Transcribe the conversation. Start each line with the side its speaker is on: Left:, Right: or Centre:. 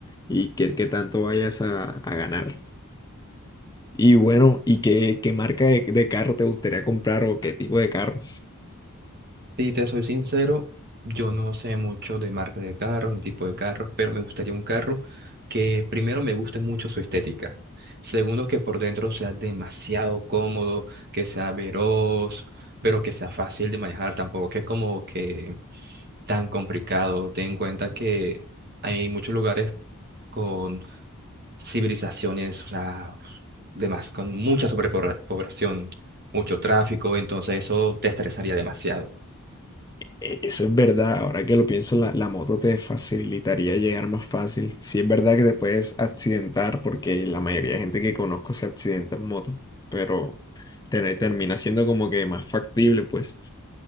Left: y qué, qué tanto vayas a, a ganar. Y bueno, ¿y qué, qué marca de, de carro te gustaría comprar o qué tipo de carro?
Right: Si te soy sincero, yo no sé mucho de marca de carro ni tipo de carros, pero me gustaría un carro que primero me guste mucho su estética. Segundo, que por dentro sea demasiado cómodo, que sea veloz, pero que sea fácil de manejar, tampoco que como que tan complicado. Ten en cuenta que hay muchos lugares con civilizaciones, o sea, demas- con mucha sobrepoblación, mucho tráfico, entonces eso te estresaría demasiado.
Left: E- Eso es verdad, ahora que lo pienso, la, la moto te facilitaría llegar más fácil. Sí es verdad que te puedes accidentar, porque la mayoría de gente que conozco se accidenta en moto, pero te- termina siendo como que más factible, pues.